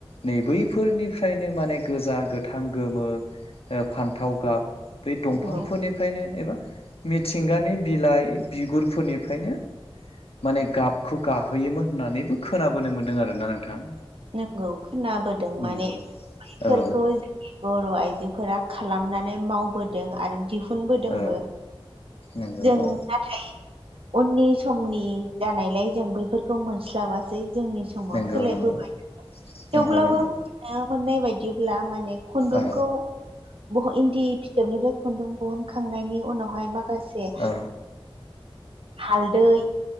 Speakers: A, on the left (about 80°); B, on the right (about 70°).
A: नै बैफोरनिफ्रायनो माने गोजा गोथां गोमो ओ फान्थाव गाब बै दंफांफोरनि
B: नंगौ
A: फ्रायनो एबा मिथिंगानि बिलाइ बिगुरफोरनिफ्रायनो माने गाबखौ गाहोयोमोन होननानैबो खोनाबोनो मोन्दों आरोना नोंथां
B: नंगौ खोनाबोदों
A: नोंगौ।
B: माने बैफोरखौ
A: औ
B: बर' आइजोफोरा खालामनानै मावबोदों आरो दिहुनबोदोंबो
A: औ नंगौ
B: जों ना
A: औ
B: नाथाय उननि समनि जानायलाय जों बैफोरखौ मोनस्लाबासै जोंनि समाव
A: नंगौ
B: सोलायबोबाय
A: नंगौ
B: थेवब्लाबो
A: नंगौ नंगौ
B: ओ मोननाय बायदिब्ला माने खुन्दुंखौ
A: औ
B: बह'इन्दि फिथोबनिफ्राय खुन्दुं दिहुनखांनायनि उनावहाय माखासे
A: औ
B: हालदै